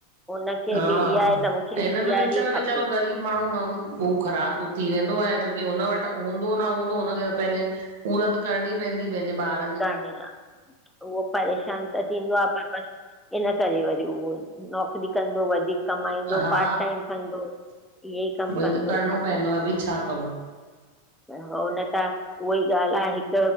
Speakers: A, in the centre; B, on the right.
A: हुनखे
B: हा,
A: बि इहा आहे त मूंखे
B: हिनमे
A: बि इहा
B: विच में
A: ई
B: वेचारो
A: खपे
B: ग़रीब माण्हू माण्हू। हू ख़राब थी वेंदो आ छोकी हुन वट हूंदो न हूंदो हुनखे त पेंजे। पूरत करणी पेंदी पेंजे ॿार।
A: करणी आ उहो परेशान त। थींदो आ पर बस इन करे वरी उहो नौकिरी कंदो वधीक। कमाईंदो
B: हा
A: पार्ट टाइम कंदो। इह ई कम
B: उहोई
A: कंदो
B: त करिणो
A: छा
B: पवंदो
A: करे।
B: आहे भई छा करूं
A: हो न त उहा ई ॻाल आ हिक